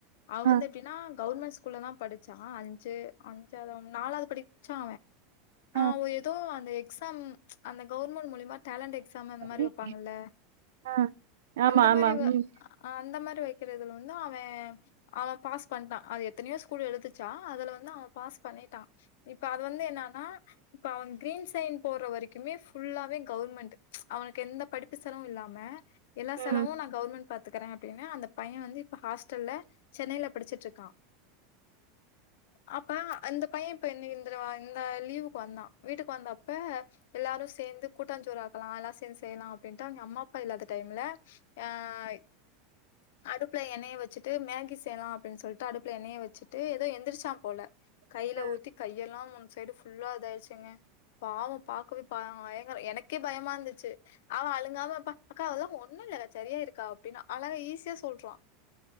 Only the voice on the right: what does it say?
ஆ,
ஆ,
ம்.
ஆ. ஆமா,
ஆமா.
ம்,
ம்,
ம்,